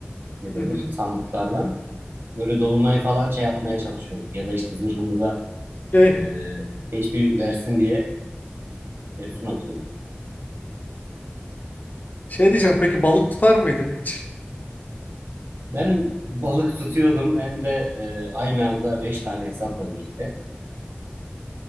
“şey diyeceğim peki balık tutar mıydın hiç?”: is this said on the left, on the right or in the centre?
Left